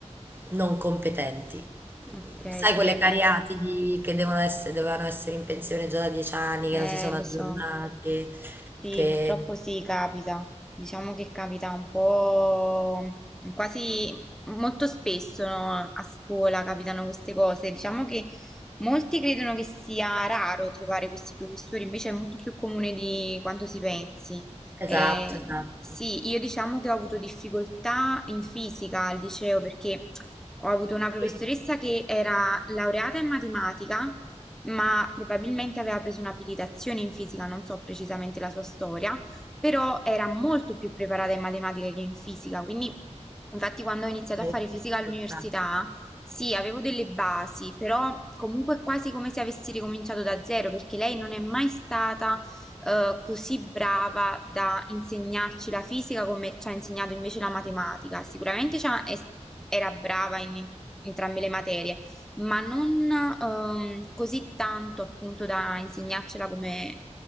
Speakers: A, on the right (about 15°); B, in the centre.
A: non competenti.
B: ok,
A: Sai
B: sì,
A: quelle
B: è,
A: cariatidi
B: è- sì.
A: che devono essere, dovevano essere in pensione già da dieci anni,
B: Eh,
A: che non si sono
B: lo
A: aggiornati,
B: so. Sì,
A: che...
B: purtroppo sì, capita. Diciamo che capita un po' quasi molto spesso, no? A scuola capitano queste cose. Diciamo che molti credono che sia raro trovare questi professori, invece è molto più comune di quanto si pensi.
A: Esatto,
B: Eh,
A: esatto.
B: sì, io diciamo che ho avuto difficoltà in fisica al liceo perché ho avuto una professoressa
A: Io-
B: che era laureata in matematica ma probabilmente aveva preso un'abilitazione in fisica, non so precisamente la sua storia, però era molto più preparata in matematica che in fisica, quindi infatti quando ho iniziato
A: <laughs>
B: a fare fisica all'università, sì, avevo delle basi, però comunque è quasi come se avessi ricominciato da zero, perché lei non è mai stata eh, così brava da insegnarci la fisica come ci ha insegnato invece la matematica. Sicuramente ci ha- es- era brava in entrambe le materie, ma non ehm, così tanto appunto da insegnarcela come